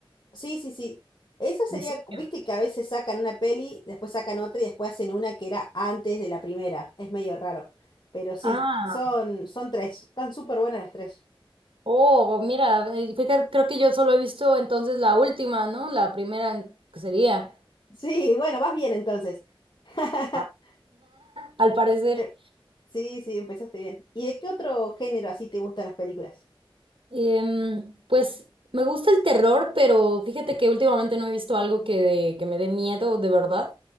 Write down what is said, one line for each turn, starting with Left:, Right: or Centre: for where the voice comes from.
Left: Sí, sí, sí. Eso sería,
Right: ¿En serio?
Left: viste que a veces sacan una peli, después sacan otra y después hacen una que era antes de la primera. Es medio raro. Pero sí,
Right: Ah,
Left: son, son tres. Están súper buenas las tres.
Right: oh, mira, eh, fíjate, creo que yo solo he visto entonces la última, ¿no? La primera que sería.
Left: Sí, bueno, vas bien entonces. <laughs>
Right: <laughs> Al parecer.
Left: Eh, Sí, sí, empezaste bien. ¿Y de qué otro género así te gustan las películas?
Right: Em, pues me gusta el terror, pero fíjate que últimamente no he visto algo que, que me dé miedo de verdad.